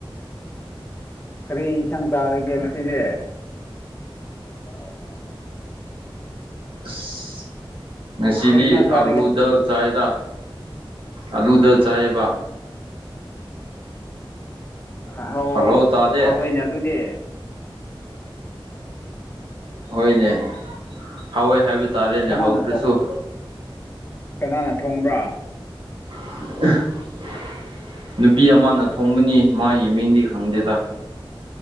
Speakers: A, on the left; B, on the right.
A: ꯀꯔꯤ ꯏꯟꯁꯥꯡ ꯆꯥꯔꯒꯦ ꯉꯁꯤꯗꯤ <unintelligible>
B: ꯑꯁ ꯉꯁꯤꯗꯤ
A: ꯀꯔꯤ ꯏꯟꯁꯥꯡ ꯆꯥꯔꯒꯦ
B: ꯑꯥꯂꯨꯗꯜ ꯆꯥꯏꯗ ꯑꯂꯨꯗꯜ ꯆꯥꯌꯦꯕ
A: ꯍꯥꯑꯣ
B: ꯍꯜꯂꯣ ꯇꯥꯗꯦ
A: ꯍꯥꯎꯋꯦꯅꯦ ꯑꯗꯨꯗꯤ <inaudible>
B: ꯍꯣꯏꯅꯦ ꯍꯥꯎꯋꯦ ꯍꯥꯏꯕ ꯇꯥꯔꯦꯅꯦ
A: ꯀꯅꯥꯅ
B: ꯍꯧꯗ꯭ꯔꯁꯨ
A: ꯊꯣꯡ ꯀꯅꯥꯅ ꯊꯣꯡꯕ꯭ꯔꯥ
B: <unintelligible> ꯅꯨꯄꯤ ꯑꯃꯅ ꯊꯣꯡꯕꯅꯤ ꯃꯥꯒꯤ ꯃꯤꯡꯗꯤ ꯈꯪꯗꯦꯗ